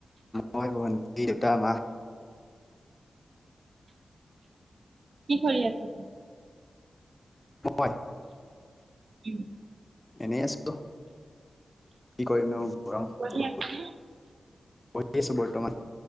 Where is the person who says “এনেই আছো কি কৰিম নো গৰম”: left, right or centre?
Left